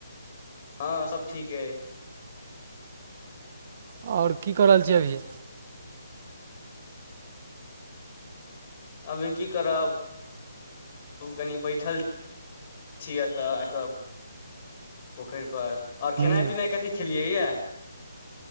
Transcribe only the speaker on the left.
हँ सब ठीक अई।
अभी की करब। कनि बैठल छी एतऽ आ कऽ पोखैर पर। आओर
खेनाइ पिनाइ कथी खेलियै यऽ।